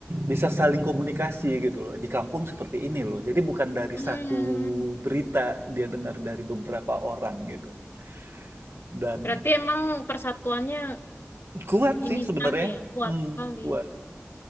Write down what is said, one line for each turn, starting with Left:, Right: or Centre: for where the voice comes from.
Right: bisa saling komunikasi gitu loh di kampung seperti ini loh jadi bukan dari
Left: Hmm,
Right: satu berita dia dengar dari beberapa orang gitu loh. dan
Left: berarti emang persatuannya
Right: kuat sih
Left: ini
Right: sebenarnya
Left: sekali ya, kuat
Right: hmm,
Left: sekali.
Right: kuat